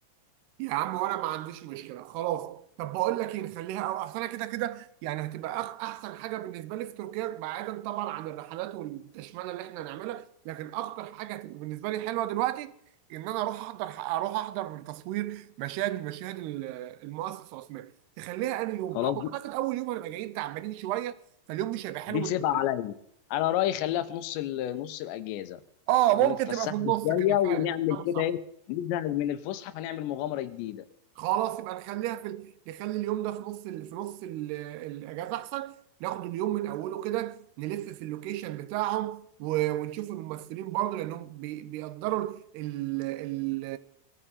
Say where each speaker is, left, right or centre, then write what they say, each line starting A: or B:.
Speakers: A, on the right (about 75°); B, on the left (about 80°).
A: يا عم وانا ما عنديش مشكله خلاص طب بقول لك ايه نخليها او اصل انا كده كده يعني هتبقى أخ- احسن حاجه بالنسبه لي في تركيا بعيدا طبعا عن الرحلات والتشمانه اللي احنا هنعملها لكن اكتر حاجه هتبقى بالنسبه لي حلوه دلوقتي ان انا اروح احضر اروح احضر من تصوير مشاهد من مشاهد ال- المؤسس العثماني تخليها انهي يوم
B: خلاص
A: او اعتقد اول يوم هنبقى جايين تعبانين شويه فاليوم مش هيبقى حلو
B: دي
A: من
B: سيبها
A: أوله.
B: عليا انا رايي خليها في نص ال... نص الاجازه
A: اه
B: نكون
A: ممكن
B: اتفسحنا
A: تبقى في النص
B: شويه
A: كده فعلا
B: ونعمل
A: كلامك
B: كده
A: صح
B: ايه نزهق من الفسحه فنعمل مغامره جديده
A: خلاص يبقى نخليها في ال... نخلي اليوم ده في نص ال... في نص ال... الاجازه احسن ناخد اليوم من اوله كده نلف في اللوكيشن بتاعهم و... ونشوف الممثلين برضه لانهم بي... بيقدروا ال... ال...